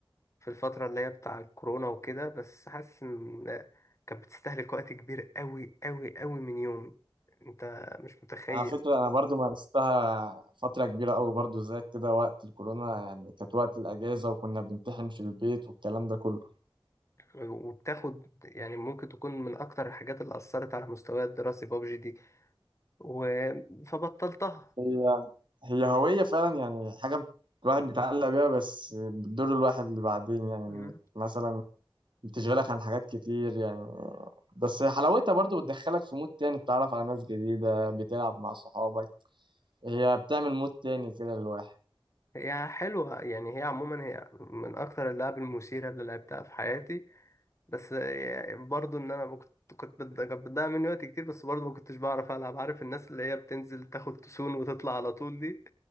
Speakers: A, on the left; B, on the right.
A: في الفترة اللي هي بتاع الكورونا وكده بس حاسس ان آه، كانت بتستهلك وقت كبير قوي قوي قوي من يومي انت مش متخيل
B: على فكره انا برضو مارستها فتره كبيره قوي برضو زيك كده وقت الكورونا يعني كانت وقت الاجازه وكنا بنمتحن في البيت والكلام ده كله
A: وبتاخد يعني ممكن تكون من أكتر الحاجات اللي أثرت على مستواي الدراسي بابجي دي و... فبطلتها
B: هي هي هوية فعلا يعني حاجة الواحد بيتعلق بيها بس بتضر الواحد اللي بعدين يعني
A: مم.
B: مثلا بتشغلك عن حاجات كتير يعني بس حلاوتها برضو بتدخلك في مود تاني بتتعرف على ناس جديدة بتلعب مع صحابك هي بتعمل مود تاني كده للواحد
A: هي حلوة يعني هي عموما هي من أكتر اللعب المثيرة اللي لعبتها في حياتي بس يعني برضو إن أنا ما كنت كنت بت- كانت بتضيع مني وقت كتير بس برضو ما كنتش بعرف ألعب عارف الناس اللي هي بتنزل تاخد تسون وتطلع على طول دي